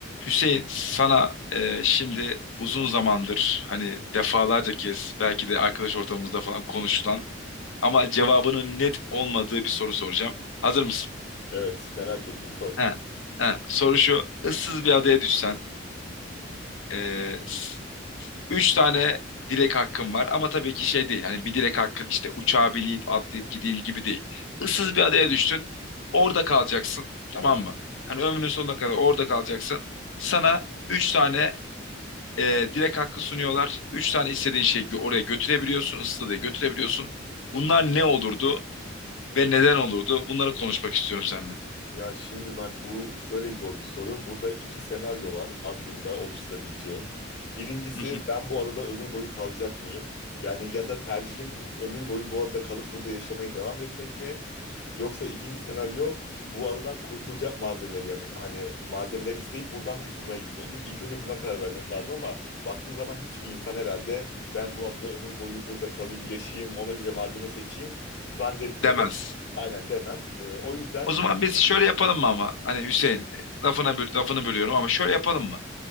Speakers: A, on the left (about 80°); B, on the left (about 60°).
A: Hüseyin sana e, şimdi uzun zamandır hani defalarca kez belki de arkadaş ortamımızda falan konuşulan ama cevabının net olmadığı bir soru soracağım. Hazır mısın?
B: Evet merak ettim sor.
A: He. He. Soru şu. ıssız bir adaya düşsen e, s- üç tane dilek hakkın var ama tabii ki şey değil. Hani bir dilek hakkın işte uçağa binip atlayıp gideyim gibi değil. Issız bir adaya düştün. Orada kalacaksın. Tamam mı? Hani ömrünün sonuna kadar orada kalacaksın. Sana üç tane e, direkt hakkı sunuyorlar. Üç tane istediğin şeyi oraya götürebiliyorsun, ıstadıya götürebiliyorsun. Bunlar ne olurdu ve neden olurdu? Bunları konuşmak istiyorum seninle.
B: Ya şimdi Mert bu şöyle zor bir soru. Burada iki senaryo var aklında oluşturabileceğin. Birincisi
A: <laughs>
B: ben bu adada ömür boyu kalacak mıyım? Yani ya da tercihim ö- ömür boyu bu adada kalıp burada yaşamaya devam etmek mi? Yoksa ikinci senaryo bu adadan kurtulacak malzemeleri yanım. Hani malzemeler isteyip buradan kurtulmaya gitmek mi? İlk önce buna karar vermek lazım ama baktığın zaman hiçbir insan herhalde ben bu adada ömür boyu burada kalayım, yaşayayım, ona göre malzeme seçeyim zannetmiyorum.
A: Demez.
B: Aynen demez. Ee, o yüzden
A: O zaman
B: <laughs>
A: biz şöyle yapalım mı ama? Hani Hüseyin e, lafına böl- lafını bölüyorum ama şöyle yapalım mı?